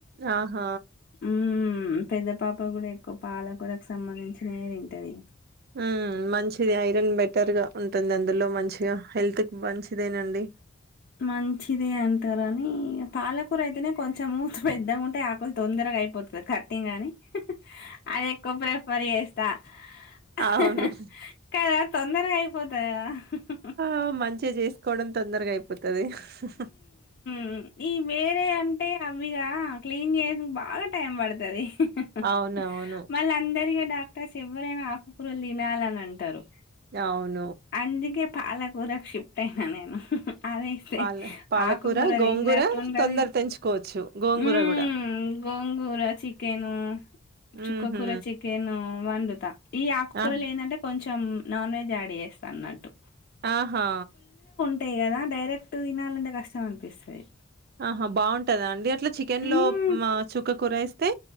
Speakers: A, on the right; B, on the left.
A: ఆహా
B: మ్మ్ పెద్ద పాప కూడా ఎక్కువ పాలకూరకు సంబంధించినవే తింటాది
A: ఉమ్ మంచిది ఐరన్ బెటర్ గా ఉంటుంది అందులో మంచిగా హెల్త్ హెల్త్కు మంచిదేనండి
B: మంచిదే అంటార అని పాలకూర అయితేనే కొంచెం పెద్దగా ఉంటే ఆకులు తొందర గయిపోతుంది కట్టింగ్ అని అది ఎక్కువ ప్రిఫర్ చేస్తా
A: అవును
B: హా హా కదా తొందరగా అయిపోతాది కద
A: ఆ మంచిగా చేసుకోవడం తొందరగా అయిపోతుది హా హా
B: ఉమ్ ఈ వేరే అంటే అవిగా క్లీన్ చేయడానికి బాగా టైం పడుతది హు హు
A: అవునవును
B: మళ్ళీ అందరిక డాక్టర్స్ ఎవ్వరైనా ఆకుకూరలు తినాలని అంటారు
A: అవును
B: అందుకే పాలకూరకు షిఫ్ట్ అయినా నేను అదైతే
A: పాల పాలకూర
B: ఆకుకూర
A: గోంగూర
B: తిన్ నట్ ఉంటది
A: తొందర తెంచుకోవచ్చు గోంగూర
B: ఉమ్
A: కూడా
B: గోంగూర చిక్ చికెను చుక్క
A: ఉహు
B: కూూర చికెను వండుత ఈ ఆకుకూరలు
A: ఆ
B: ఏంటంటే కొంచెం కొంచెం నాన్ వెజ్ యాడ్ చేస్తా అన్నట్టు
A: ఆహా
B: అటె కదా డైరెక్ట్ తినాలంటే కష్టం అనిపిస్తది
A: ఆహా బాగుంటదా అండి అట్లా చికెన్ లో
B: మ్మ్
A: మా చుక్క కూరేస్తే